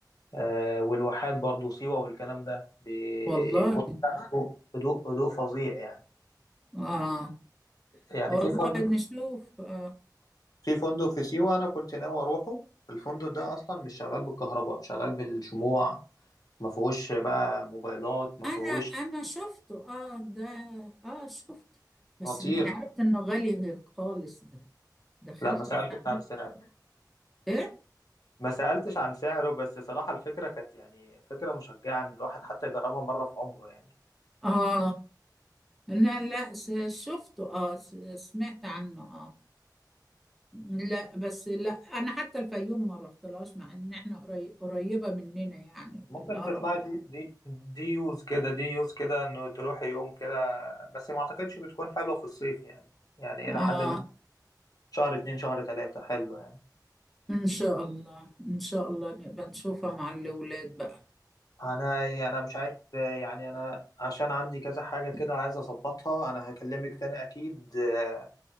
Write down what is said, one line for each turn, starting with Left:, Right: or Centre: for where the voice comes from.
Left: آه والواحات برضو سيوة والكلام ده بيكون
Centre: والله
Left: فيها هدوء هدوء هدوء فظيع يعني
Centre: اه
Left: يعني
Centre: والله
Left: في فندق
Centre: نشوف آه.
Left: في فندق في سيوة انا كنت ناوي اروحه الفندق ده اصلا مش شغال بالكهرباء شغال بالشموع ما فيهوش بقى موبايلات ما
Centre: انا
Left: فيهوش
Centre: انا شفته اه ده اه شفته بس
Left: خطير
Centre: ان انا عرفت انه غالي خالص ده دخلت
Left: لا ما سألتش
Centre: وانا عرفت
Left: عن سعر
Centre: ايه
Left: ما سألتش عن سعره بس صراحة الفكرة كانت يعني فكرة مشجعة إن الواحد حتى يجربها مرة في عمره يعني
Centre: اه لا لا س- شفته اه س- سمعت عنه اه لا بس لا انا حتى الفيوم ما رحتلهاش مع ان احنا قري- قريبة مننا يعني
Left: ممكن
Centre: في الهرم
Left: تطلع دي دي دي يوز كده دي يوز كده إنه تروح يوم كده بس ما أعتقدش بتكون حلوة في الصيف يعني يعني
Centre: اه
Left: إلى حد ما شهر اتنين شهر تلاتة حلو يعني
Centre: ان شاء الله ان شاء الله نبقى نشوفها مع الاولاد بقى
Left: أنا يعني أنا مش عايز يعني أنا عشان عندي كذا حاجة كده عايز أظبطها أنا هكلمك تاني أكيد آه،